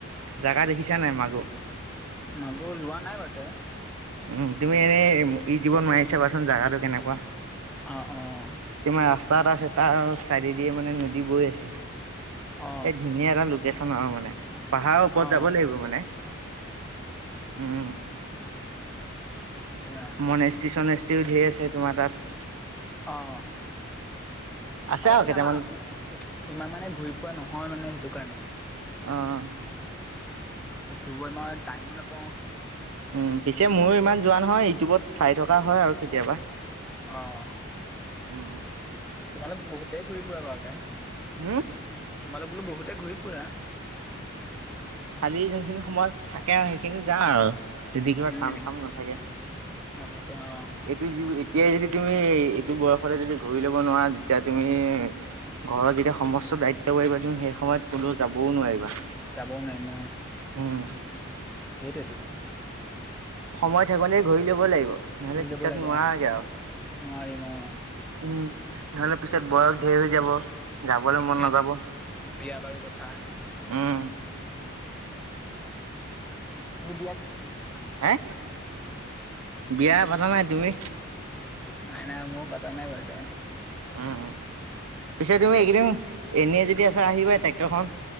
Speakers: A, on the right; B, in the centre.
A: জাগা দেখিছা নাই মাকোঁৰ?
B: মাকো যোৱা নাই বাৰু।
A: উ' তুমি এনেই ইউটিউবত নোৱাৰি চাবাচোন জোগাটো কেনেকুৱা।
B: অ', অ', অ'।
A: তোমাৰ ৰাস্তা এটা আছে তাৰ চাইডে দিয়ে মানে নদী বৈ আছে। এই
B: অ
A: ধুনীয়া এটা ল চন আৰু মানে পাহাৰৰ ওপৰত
B: অ
A: যাব লাগিব মানে উম'।
B: সেয়।
A: মনেসি-চনেষ্টিও ঢেৰ আছে তোমাৰ তাত।
B: অ'
A: আছে
B: মায়
A: আৰু
B: পিলামা
A: কেইটামান
B: <unintelligible> ইমান মানে ঘূৰি ফুৰা নহয় মানে সেইটো কাৰণে।
A: অ'
B: ঘুৰি ফুৰিবই মই টাইমো নাপাওঁ।
A: উম' পিছে ময়ো ইমান যোৱা নহয় ইউটিউবত চাই থকা হয় আৰু কেতিয়াবা।
B: অ'
A: উ'
B: তোমালোক বহুতেই ঘূৰি-ফুৰা বাৰুতে,
A: উম,
B: তোমালোক বোলো বহুতে ঘূৰি ফুৰা।
A: কালি যোনখিনি সময় থাকে আৰু সেইখিনি যাওঁ আৰু যদি কিবা
B: উম
A: কাম-চাম নাথাকে।
B: নাথাকে অ'।
A: এইটো এতিয়া যদি তুমি এইটো বয়সতে যদি ঘূৰি লব নোৱাৰা যেতিয়া তুমি ঘৰত যেতিয়া সমস্ত দায়িত্ব বাঢ়িবা তুমি সেই সময়ত কোননেও যাবও নোৱাৰিবা।
B: যাবও নাই ম।
A: উম।
B: সেইটোৱেতো।
A: সময় থাকোতে ঘূৰি ল'ব লাগিব নহ'লে
B: ঘূৰি
A: পিছত
B: ল'ব লাগে
A: নোৱাৰাকে
B: অ
A: আৰু।
B: নোৱাৰিম অ
A: উম, নহ'লে পিছত বয়স ধেৰ হৈ যাব, যাবলৈ মন
B: সেইটোৱেতো
A: নাযাব।
B: বিয়া বাৰু কথা।
A: উম
B: সেইবিলাক
A: হে, বিয়া পাতা নাই। তুমি?
B: নাই, নাই ময়ো পাতা নাই বাৰু দে।
A: উম, পিছে
B: তাকে
A: তুমি এইকেইদিন এনে যদি আছা আহিবা ট্ৰেক্টৰখন